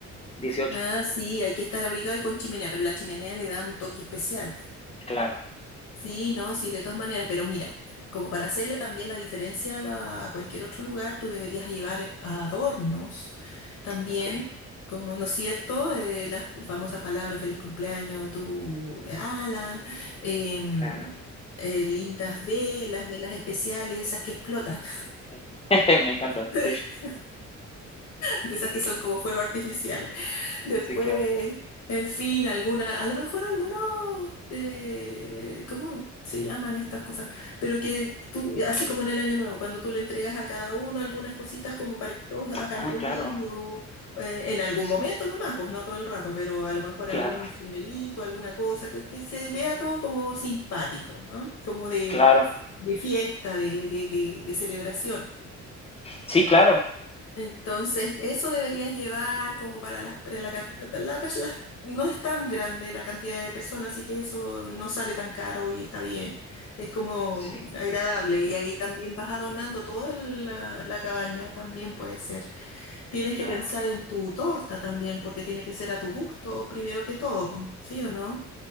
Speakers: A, on the left; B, on the left.
A: dieciocho
B: Ah, sí, hay que estar abrigado y con chimenea, pero la chimenea le da un toque especial. po.
A: Claro,
B: Sí, no, sí, de todas maneras, pero mira, como para hacerle también la diferencia a, la- a cualquier otro lugar, tú deberías llevar eh, adornos también,
A: ok,
B: como, ¿no es cierto? Eh, la famosa palabra feliz cumpleaños, tu ala, em,
A: claro,
B: eh, lindas velas, velas especiales, esas que explotan,
A: ok. <laughs> Me encanta,
B: <laughs>
A: sí,
B: de esas que son como fuego artificial. Después,
A: sí, claro.
B: en fin, alguna, a lo mejor algunos, eh, ¿cómo se llaman estas cosas? Pero que tú, así como en el Año Nuevo, cuando tú le entregas a cada uno algunas cositas como para que todos hagan
A: Ah,
B: ruido,
A: claro,
B: eh, en algún
A: sí,
B: momento nomás, pues no todo el rato, pero a lo mejor
A: claro,
B: algún sonerito, alguna cosa, que, que se vea todo como simpático, ¿ah? Como de,
A: claro.
B: de fiesta, de, de de- de celebración.
A: Sí, claro,
B: Entonces, eso deberías llevar como para las, pe- la, can- la pers- las- no es tan grande la cantidad de personas, así que eso no sale tan caro y está bien. Es como
A: sí,
B: agradable y ahí también vas adornando toda la, la cabaña, también puede ser. Tienes
A: claro.
B: que pensar en tu torta también, porque tiene que ser a tu gusto primero que todo, po, ¿sí o no?